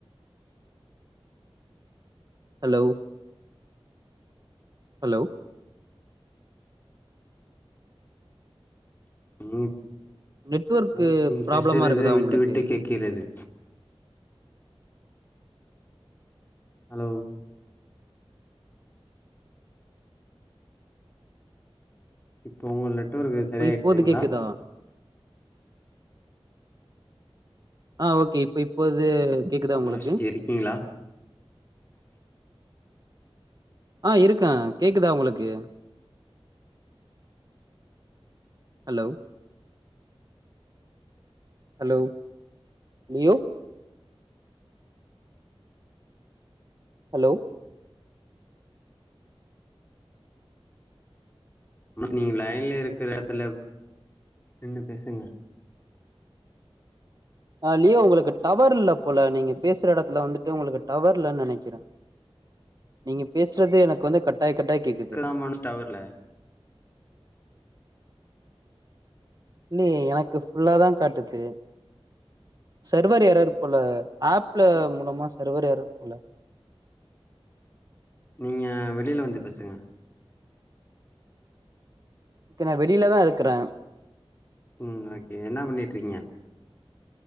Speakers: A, on the right; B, on the left.
A: ஹலோ ஹலோ
B: ம்
A: நெட்வொர்க்கு
B: நாய்ஸ் நீங்க
A: ப்ராப்ளமா
B: பேசுறது
A: இருக்குதா
B: விட்டு
A: உங்களுக்கு
B: விட்டு கேக்கிறது ஹலோ இப்போ உங்க நெட்ஒர்கு
A: இப்ப
B: சரியாயிடுச்சிங்களா
A: இப்போது கேக்குதா ஆ ஓகே இப்ப இப்போது கேக்குதா
B: மனோஷ்
A: உங்களுக்கு
B: இருக்கீங்களா
A: ஆ இருக்கேன் கேக்குதா உங்களுக்கு ஹலோ ஹலோ லியோ ஹலோ
B: நீங்க லைன்ல இருக்கிற இடத்துல நின்னு பேசுங்க
A: ஆ லியோ உங்களுக்கு டவர் இல்ல போல நீங்க பேசுற இடத்துல வந்துட்டு உங்களுக்கு டவர் இல்லன்னு நினைக்கிறேன் நீங்க பேசுறது எனக்கு வந்து கட்டாய் கட்டாய் கேக்குது
B: நம் ஒன்ஸ் டவர்ல
A: இல்லையே எனக்கு ஃபுல்லா தா காட்டுது சர்வர் எறர் போல ஆப் ப்புல மூலமா சர்வர் எறர் போல
B: நீங்க வெளியில வந்து பேசுங்க
A: ஓகே நான் வெளியிலதான் இருக்கறேன்
B: ம் ஓகே என்ன பண்ணிட்டுரீக்கிங்க